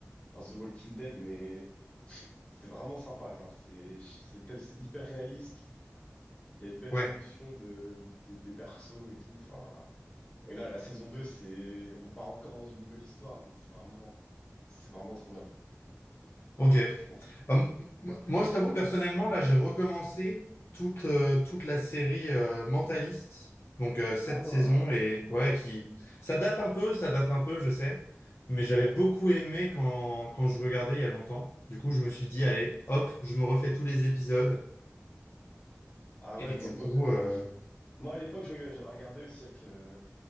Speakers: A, on the left; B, on the left.
A: un The Walking Dead, mais c'est vraiment sympa. Genre, c'est c'est tel- c'est hyper réaliste. Il y a une belle
B: Ouais.
A: évolution de, des des persos et tout. Enfin, voilà. et là, la saison 2, c'est on part encore dans une nouvelle histoire, donc c'est vraiment c'est vraiment trop bien,
B: Ok.
A: franchement.
B: Ah, m- Moi, je t'avoue, personnellement, là, j'ai recommencé toute, euh, toute la série euh, Mentaliste, donc euh, cette
A: Ah
B: saison, et ouais, qui... Ça date un peu, ça date un peu, je sais, mais j'avais
A: ouais,
B: beaucoup aimé quand, quand je regardais il y a longtemps. Du coup, je me suis dit, allez, hop, je me refais tous les épisodes,
A: ah
B: et
A: ouais, moi,
B: du
A: moi,
B: coup, euh,
A: moi, à l'époque, je regardais- j'avais regardé aussi avec euh,